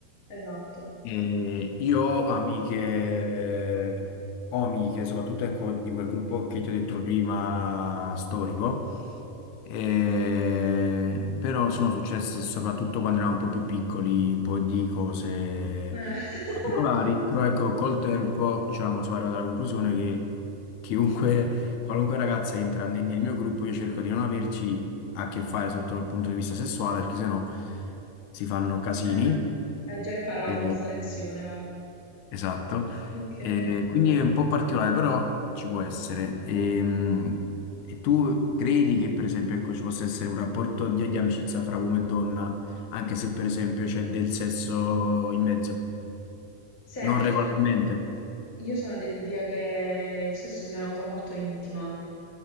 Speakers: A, on the left; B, on the left.
A: Esatto.
B: E io ho amiche, ho amiche, soprattutto ecco, di quel gruppo che ti ho detto prima, storico, e- però sono successe soprattutto quando eravamo un po' più piccoli, un po' di cose
A: Eh. <laughs>
B: particolari, però ecco, col tempo, diciamo, sono arrivato alla conclusione che chiunque Qualunque ragazza entra nel, nel mio gruppo, io cerco di non averci a che fare sotto il punto di vista sessuale, perché sennò si fanno casini.
A: Eh, no. Hai già imparato
B: E-
A: questa lezione, va.
B: Esatto.
A: Ok.
B: E quindi è un po' particolare, però ci può essere. Ehm, E, tu credi che, per esempio, ecco, ci possa essere un rapporto di, di amicizia fra uomo e donna, anche se, per esempio, c'è del sesso in mezzo?
A: Senti,
B: Non
A: io
B: regolarmente.
A: sono... Io sono dell'idea che il sesso sia una cosa molto intima,